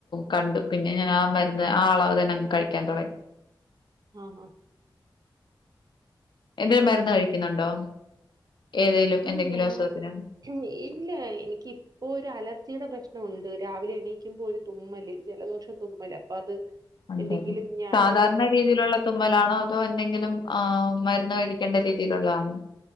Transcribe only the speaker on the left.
കണ്ടു പിന്നെ ഞാൻ ആ മരുന്ന് ആ അളവ് തന്നെ അങ്ങ് കഴിക്കാൻ തുടങ്ങി
എന്തേലും
മരുന്ന് കഴിക്കുന്നുണ്ടോ ഏതെലും
എന്തെങ്കിലും
അസുഖത്തിന്
ഉണ്ടല്ലേ
സാധാരണ രീതിയിലുള്ള തുമ്മലാണോ അതോ എന്തെങ്കിലും ആഹ് മരുന്ന് കഴിക്കേണ്ട രീതിയിലുള്ളതാണോ